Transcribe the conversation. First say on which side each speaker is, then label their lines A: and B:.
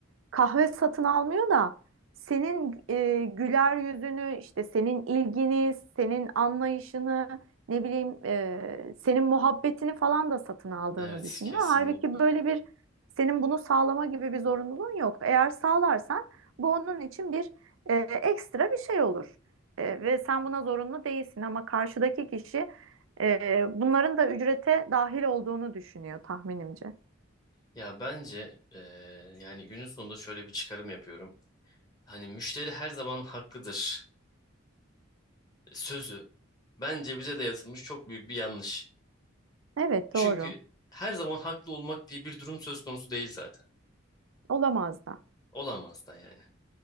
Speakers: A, on the right; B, on the left.
A: kahve satın almıyor da senin e, güler yüzünü işte senin ilgini, senin anlayışını ne bileyim e, senin muhabbetini falan da satın aldığını
B: Evet,
A: düşünüyor.
B: kesinlikle.
A: Halbuki böyle bir senin bunu sağlama gibi bir zorunluluğun yok. Eğer sağlarsan bu onun için bir e, ekstra bir şey olur. E, ve sen buna zorunlu değilsin ama karşıdaki kişi e, bunların da ücrete dahil olduğunu düşünüyor tahminimce.
B: Ya bence eee, yani günün sonunda şöyle bir çıkarım yapıyorum. Hani müşteri her zaman haklıdır sözü bence bize dayatılmış çok büyük bir yanlış.
A: Evet
B: Çünkü
A: doğru.
B: her zaman haklı olmak diye bir durum söz konusu değil zaten.
A: Olamaz da.
B: Olamaz da yani.